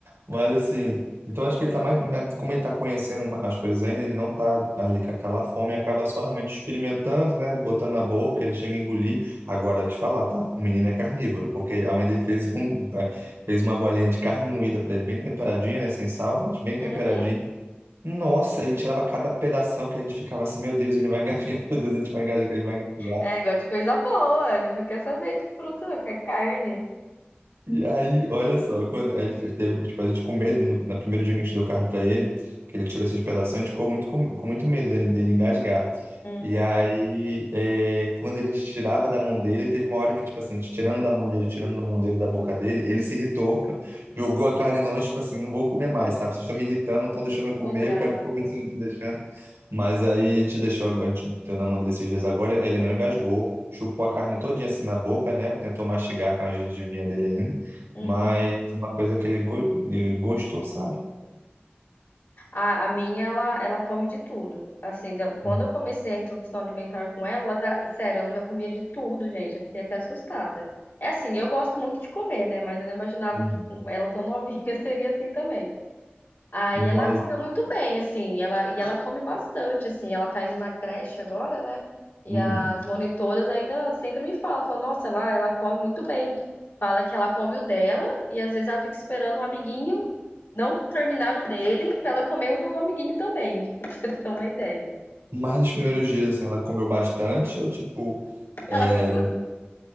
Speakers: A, on the right (about 85°); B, on the left (about 70°).
A: Mas, assim, então acho que ele tá mais, mais- como ele tá conhecendo as coisas ainda, ele não tá ali com aquela fome, acaba só realmente experimentando, né, botando na boca, ele chega a engolir. Agora, te falar, tá? O menino é carnívoro, porque a mãe dele fez um, é, fez uma bolinha de carne moída para ele, bem temperadinha, né, sem sal, mas bem
B: Uhum.
A: temperadinha. Nossa, ele tirava cada pedação que a gente ficava assim, meu Deus, ele vai gasgar, <laughs> meu Deus, a gente vai gasgar, ele vai gasgar.
B: É, gosta de coisa boa. Ele não quer saber de fruta, não, quer carne.
A: E aí, olha só, quando aí ele fez- teve, tipo, a gente com medo, no, no primeiro dia que a gente deu carne para ele, que ele tirou esses pedaços, a gente ficou muito com, com muito medo dele, dele engasgar.
B: Uhum.
A: E aí, é, quando a gente tirava da mão dele, teve uma hora que, tipo assim, a gente tirando da mão dele, tirando da mão dele, da boca dele, ele se irritou, <laughs> jogou a carne longe, tipo assim, não vou comer mais, sabe? Vocês estão me irritando, não estão deixando
B: Ficou
A: eu comer,
B: brava.
A: eu quero comer, vocês não estão deixando. Mas aí a gente deixou agora, a gente deu na mão dele esses dias agora, ele não engasgou, chupou a carne todinha assim na boca, né? Tentou mastigar com a gengivinha dele ainda
B: Uhum.
A: mas é uma coisa que ele, go- ele gostou, sabe?
B: A, a minha, ela, ela come de tudo. Assim, da- quando
A: Uhum.
B: eu comecei a introdução alimentar com ela, ela já, sério, ela já comia de tudo, gente. Eu fiquei até assustada. É assim, eu gosto muito de comer, né? Mas eu não imaginava
A: Uhum.
B: que com ela tão novinha <laughs> seria assim também. Aí
A: Mas,
B: ela comeu muito bem, assim, ela, e ela come bastante, assim, ela tá indo na creche agora, né? E
A: uhum.
B: as monitoras ainda sempre me falam, falam, nossa, ela, ela come muito bem. Fala que ela come o dela e às vezes ela fica esperando o amiguinho não terminar o dele pra ela comer o do amiguinho também, <laughs> pra você ter uma ideia.
A: Mas nos primeiros dias, assim, ela comeu bastante ou, tipo, é,
B: Ela comeu,